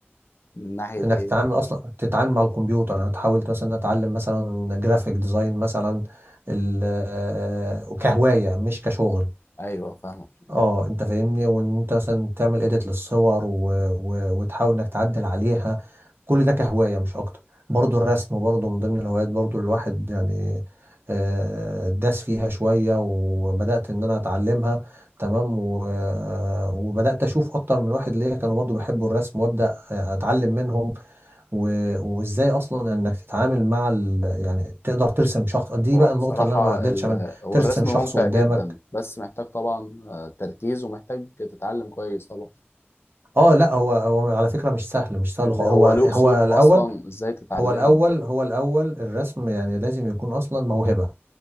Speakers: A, on the left (about 65°); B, on the right (about 60°).
A: من ناحيه
B: انك
A: ايه
B: تتعامل اصلا تتعامل مع الكمبيوتر انا حاولت مثلا اتعلم مثلا جرافيك ديزاين مثلا ال- آه، كهوايه مش كشغل
A: ايوه فاهمك
B: اه انت فاهمني وان انت مثلا تعمل اديت للصور و... و... وتحاول انك تعدل عليها كل ده كهواية مش اكتر برضو الرسم برضو من ضمن الهوايات برضو الواحد يعني آه، داس فيها شوية وبدأت ان انا اتعلمها تمام و... آه، وبدأت اشوف اكتر من واحد ليا كانوا برضو بيحبوا الرسم وابدأ آه، اتعلم منهم و... وازاي اصلا انك تتعامل مع ال... يعني تقدر ترسم شخص دي
A: هو
B: بقى
A: بصراحة
B: النقطة اللي انا ما قدرتش
A: ال...
B: اعمل
A: هو
B: ترسم
A: الرسم
B: شخص
A: ممتع
B: قدامك
A: جدا بس محتاج طبعا آه، تركيز ومحتاج تتعلم كويس طبعا
B: اه لا هو هو على فكرة مش سهل مش سهل
A: لان
B: خالص.
A: هو
B: هو
A: له
B: هو
A: اصول
B: الأول
A: اصلا ازاي تتعلمه
B: هو الأول هو الأول الرسم يعني لازم يكون أصلا موهبة